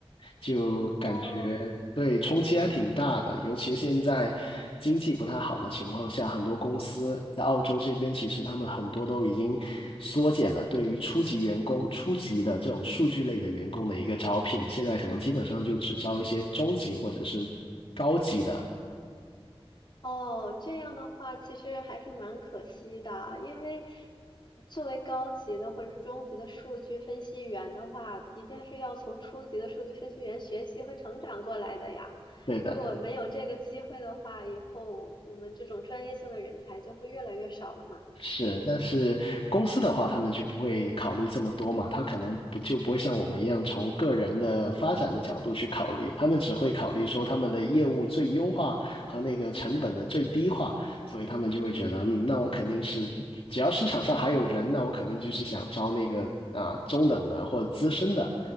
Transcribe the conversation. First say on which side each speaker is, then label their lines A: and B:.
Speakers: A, on the left; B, on the left.
A: 就感觉
B: 哦
A: 对冲击还挺大的。尤其现在经济不太好的情况下，很多公司在澳洲这边，其实他们很多都已经缩减了对于初级员工、初级的这种数据类的员工的一个招聘，现在可能基本上就只招一些中级或者是高级的。
B: 哦，这样的话其实还是蛮可惜的，因为作为高级的或者是中级的数据分析员的话，一定是要从初级的数据分析员学习和成长过来的呀。
A: 对的
B: 如果没有这个机会的话，以后我们这种专业性的人才就会越来越少了嘛，
A: 是，
B: 是不是？
A: 但是公司的话，他们就不会考虑这么多嘛，他可能不就不会像我们一样从个人的发展的角度去考虑，他们只会考虑说他们的业务最优化和那个成本的最低化，所以他们就会觉得，嗯，那我肯定是只要市场上还有人，那我肯定就是想招那个啊、中等的或者资深的，